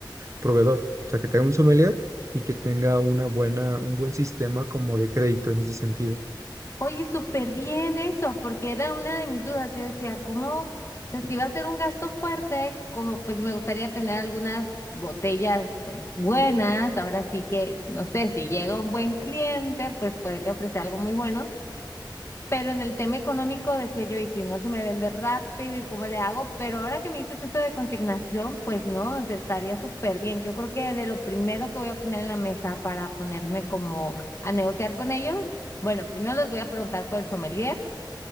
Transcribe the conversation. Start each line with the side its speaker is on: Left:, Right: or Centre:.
Right: proveedor, o sea, que tenga un sommelier y que tenga una buena, un buen sistema como de crédito en ese sentido.
Left: Oye, súper bien eso, porque era una de mis dudas. Yo decía, ¿cómo? O sea, si va a ser un gasto fuerte, como pues me gustaría tener algunas botellas pues buenas. Ahora sí que, no sé, si llega un buen cliente, pues poderle ofrecer algo muy bueno. Pero en el tema económico decía yo, y si no se me vende rápido, ¿y cómo le hago? Pero ahora que me dices esto de consignación, pues no, o sea, estaría súper bien. Yo creo que de lo primero que voy a poner en la mesa para ponerme como a negociar con ellos, bueno, primero les voy a preguntar por el sommelier